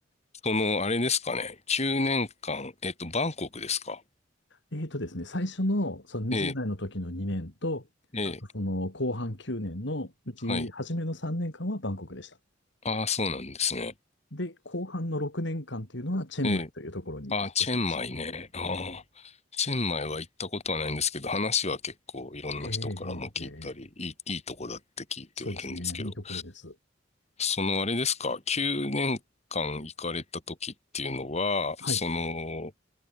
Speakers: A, on the left; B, on the left.
A: その、あれですかね。9年間、えっと、バンコクですか。
B: えーとですね、最初のその20代の時の2年と、
A: ええ、ええ、
B: あとその後半9年のうち初めの3年間はバンコクでした。
A: はい。ああ、そうなんですね。
B: で、後半の6年間というのはチェンマイというところに引っ越しました。
A: ええ、ああ、チェンマイね。ああ、
B: え
A: チェンマイは行ったことはないんですけど、話は結構いろんな人からも聞いたり、
B: えええええ
A: いい、いいとこだって聞いてはいるんですけど。
B: そうですね。いいところです。
A: そのあれですか、9年間行かれた時っていうのは、その、
B: はい。